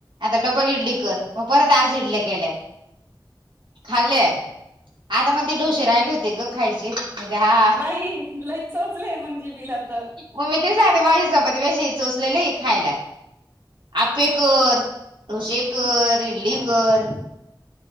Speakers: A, on the right; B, on the right.
A: आता डबल इडली कर, मग परत आज इडल्या केल्या. खाल्लेय, आता म्हणते डोसे राहिले होते ग खायचे. मध्ये हा.
B: लई चोचलंय मंग जीबीला तर
A: मग मी तेच सांगते माझी चपाती कशी चोचलेली खायला. अप्पे कर, हे कर, ते कर इडली कर.